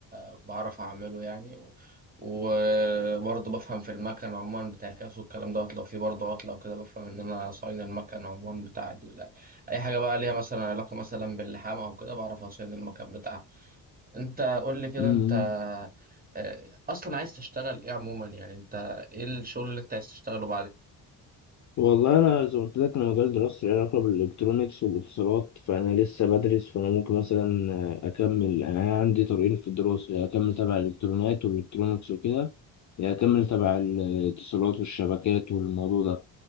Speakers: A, on the right; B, on the left.
A: أه، بعرف اعمله يعني و- وبرضه بفهم في المكن عموما بتاع الكاس والكلام دوت لو في برضه عطل او كده بفهم ان انا صاين المكن عموما بتاع ال... اي حاجه بقى ليها مثلا علاقه مثلا باللحام او كده بعرف اصين المكن بتاعها انت قول لي كده
B: مم.
A: انت آه، اصلا عايز تشتغل ايه عموما يعني انت ايه الشغل اللي انت عايز تشتغله
B: والله انا زي ما قلت لك انا مجال دراستي له علاقه بالالكترونيكس والاتصالات فانا لسه بدرس فانا ممكن مثلا آه، اكمل يعني انا عندي طريقين في الدراسه يا اكمل تبع الالكترونيات والالكترونيكس وكده يا اكمل تبع الاتصالات والشبكات والموضوع ده